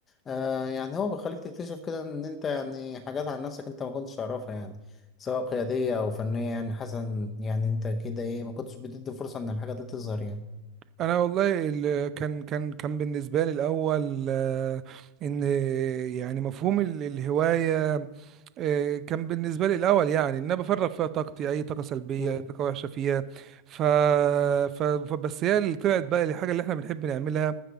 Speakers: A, on the left; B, on the right.
A: آه يعني هو بيخليك تكتشف كده إن أنت يعني حاجات عن نفسك أنت ما كنتش تعرفها يعني سواء قيادية أو فنية يعني حسن يعني أنت كده إيه ما كنتش بتدي فرصة إن الحاجة دي تظهر يعني
B: انا والله ال- كان كان كان بالنسبه لي الاول آه، ان يعني مفهوم ال- الهوايه آه، كان بالنسبه لي الاول يعني ان انا بفرغ فيها طاقتي اي طاقه سلبيه
A: مم.
B: اي طاقه وحشه فيها ف... ف... ف- بس هي اللي طلعت بقى الحاجه اللي احنا بنحب نعملها